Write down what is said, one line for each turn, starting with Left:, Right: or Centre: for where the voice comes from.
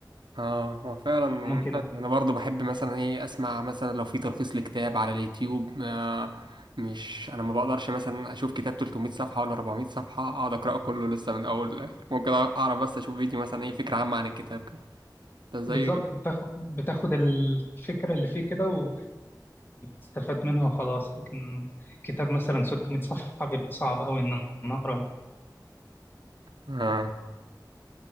Right: اه هو فعلا
Left: ممكن
Right: انا برضو بحب مثلا ايه اسمع مثلا لو في تلخيص لكتاب على اليوتيوب ما مش انا ما بقدرش مثلا اشوف كتاب 300 صفحة ولا 400 صفحة اقعد اقراه كله لسه من الاول للاخر ممكن اعرف بس اشوف فيديو مثلا ايه فكرة عامة عن الكتاب كده ده زي
Left: بالظبط بتاخد بتاخد الفكرة اللي فيه كده استفاد منها وخلاص لكن كتاب مثلا 600 صفحة بيبقى صعب أوي إن أنا أقراه
Right: اه